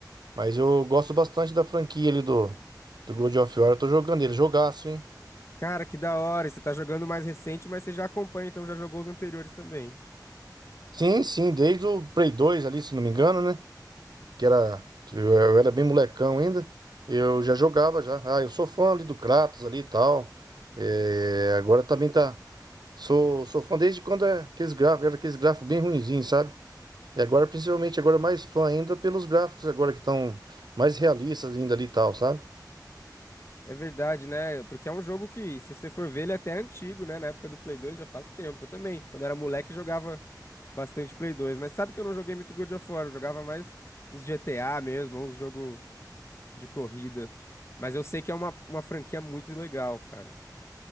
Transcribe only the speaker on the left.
Cara, que da hora! e Você tá jogando o mais recente, mas você já acompanha, então já jogou os anteriores também.
É verdade, né? Porque é um jogo que, se você for ver, ele é até antigo, né? Na época do Play 2 já faz tempo. Eu também, quando era moleque, jogava bastante Play 2. Mas sabe que eu não joguei muito God of War, eu jogava mais os GTA mesmo, uns jogos de corrida. Mas eu sei que é uma, uma franquia muito legal, cara.